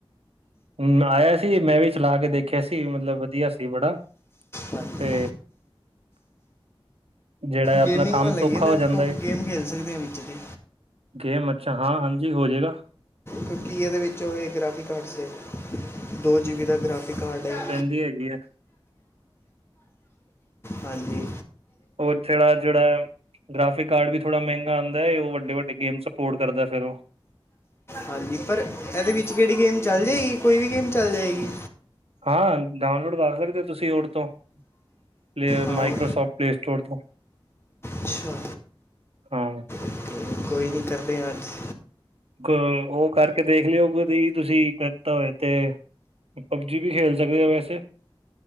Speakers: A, on the right; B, on the left.
A: ਹੁ ਆਇਆ ਸੀ ਮੈਂ ਵੀ ਚਲਾ ਕੇ ਦੇਖਿਆ ਸੀ, ਮਤਲਬ ਵਧੀਆ ਸੀ ਬੜਾ
B: ਹਾਂਜੀ
A: ਤੇ ਜਿਹੜਾ ਹੈ, ਆਪਣਾ
B: ਗੇਮਿੰਗ
A: ਕੰਮ
B: ਵਾਲਾ
A: ਸੌਖਾ
B: ਹੀ ਹੈ ਲੈਪਟੋਪ
A: ਹੋ ਜਾਂਦਾ ਹੈ।
B: ਗੇਮ ਖੇਲ ਸਕਦੇ ਹਾਂ ਵਿੱਚ ਤੇ
A: ਗੇਮ, ਅੱਛਾ ਹਾਂ ਹਾਂਜੀ ਹੋ ਜਾਵੇਗਾ।
B: ਕਿਉਂਕਿ ਇਹਦੇ ਵਿੱਚੋਂ ਇਹ ਗ੍ਰਾਫਿਕ ਕਾਰਡਸ ਦੇ, ਦੋ ਜੀ ਬੀ ਦਾ ਗ੍ਰਾਫਿਕ ਕਾਰਡ ਹੈ।
A: ਹੁਦੀ ਹੈਗੀ ਆ
B: ਹਾਂਜੀ।
A: ਔ ਥੇ, ਉਹ ਜਿਹੜਾ ਐ ਗ੍ਰਾਫਿਕ ਕਾਰਡ ਵੀ ਥੋੜਾ ਮਹਿੰਗਾ ਆਉਂਦਾ ਹੈ, ਉਹ ਵੱਡੇ ਵੱਡੇ ਗੇਮ ਸਪੋਰਟ ਕਰਦਾ ਫਿਰ ਉਹ
B: ਹਾਂਜੀ, ਪਰ ਇਹਦੇ ਵਿੱਚ ਕਿਹੜੀ ਗੇਮ ਚੱਲ ਜਾਏਗੀ, ਕੋਈ ਵੀ ਗੇਮ ਚੱਲ ਜਾਏਗੀ।
A: ਹਾਂ ਡਾਊਨਲੋਡ ਕਰ ਸਕਦੇ ਹੋ, ਤੁਸੀਂ ਔਰ ਤੋਂ ਪਲੇ
B: ਹਾਂ
A: ਮਾਈਕ੍ਰੋਸੋਫਟ ਪਲੇ ਸਟੋਰ ਤੋਂ,
B: ਅੱਛਾ
A: ਹਾਂ
B: ਤੇ ਕੋਈ ਨਹੀਂ ਕਰਦੇ ਹਾਂ, ਅੱਜ
A: ਉਹ ਕਰਕੇ ਦੇਖ ਲਿਓ, ਕੀ ਤੁਸੀਂ ਕਰਤਾ ਹੋਏ ਤੇ ਪਬਜੀ ਵੀ ਖੇਲ ਸਕਦੇ ਹੋ ਵੈਸੇ